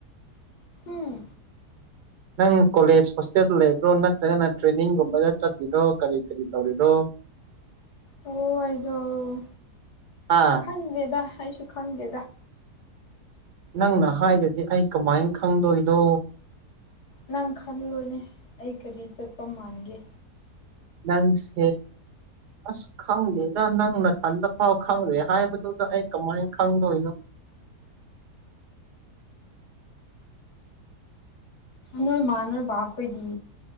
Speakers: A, on the left; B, on the right.
A: ꯎꯝ
B: ꯅꯪ ꯀꯣꯂꯦꯖ ꯍꯣꯁꯇꯦꯜꯗ ꯂꯩꯕ꯭ꯔꯣ ꯅꯠꯇ꯭ꯔꯒ ꯅꯪ ꯇ꯭ꯔꯦꯟꯅꯤꯡꯒꯨꯝꯕꯗ ꯆꯠꯂꯤꯔꯣ ꯀꯔꯤ-ꯀꯔꯤ ꯇꯧꯔꯤꯔꯣ꯫
A: ꯑꯣ ꯑꯩꯗꯣ꯫
B: ꯑꯥ꯫
A: ꯈꯪꯗꯦꯗ ꯑꯩꯁꯨ ꯈꯪꯗꯦꯗ꯫
B: ꯅꯪꯅ ꯍꯥꯏꯗ꯭ꯔꯗꯤ ꯑꯩ ꯀꯃꯥꯏꯅ ꯈꯪꯗꯣꯏꯅꯣ꯫
A: ꯅꯪ ꯈꯜꯂꯨꯅꯦ ꯑꯩ ꯀꯔꯤ ꯆꯠꯄ ꯃꯥꯟꯒꯦ꯫
B: ꯅꯪꯁꯦ ꯑꯁ ꯈꯪꯗꯦꯗ ꯅꯪ ꯅꯊꯟꯗ ꯐꯥꯎ ꯈꯪꯗꯦ ꯍꯥꯏꯕꯗꯨꯗ ꯑꯩ ꯀꯃꯥꯏꯅ ꯈꯪꯗꯣꯏꯅꯣ꯫
A: ꯅꯣꯏ ꯃꯥ ꯅꯣꯏ ꯕꯥ ꯈꯣꯏꯗꯤ꯫